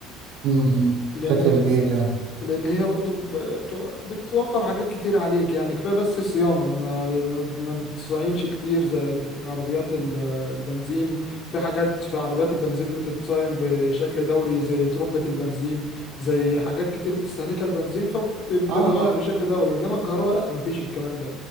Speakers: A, on the right; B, on the left.
A: م- م.
B: لان
A: بشكل كبير يعني
B: لان هي برضو بتو- بتوفر حاجات كتير عليك يعني كفايه بس الصيانه ما ما ما بتصينش كتير زي عربيات ال- البنزين في حاجات في عربيات البنزين بتتصين بشكل دوري زي ترمبة البنزين زي حاجات كتير بتستهلكها البنزين فبتتغير
A: اه آه،
B: بشكل دوري انما الكهرباء لا ما فيش الكلام ده